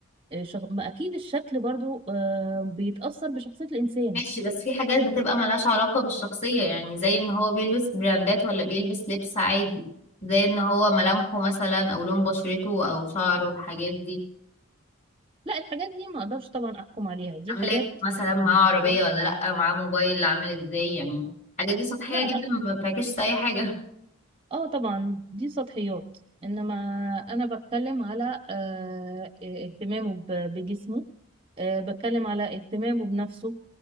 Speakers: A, on the right; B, on the left.
A: آه، شخ... ما اكيد الشكل برضو آه، بيتاثر بشخصيه الانسان
B: ماشي بس في حاجات بتبقى ملهاش علاقة بالشخصية يعني زي ان هو بيلبس براندات ولا بيلبس لبس عادي زي ان هو ملامحه مثلا او لون بشرته او شعره الحاجات دي
A: لا الحاجات دي ما اقدرش طبعا احكم عليها دي
B: املاك
A: حاجات
B: مثلا معاه عربية
A: هو
B: ولا لأ معاه موبايل عامل ازاي يعني الحاجات دي سطحية
A: لا
B: جدا ما بتعكسش اي حاجة
A: اه طبعا دي سطحيات انما انا بتكلم على آه، إيه، اهتمامه ب- بجسمه آه، بتكلم على اهتمامه بنفسه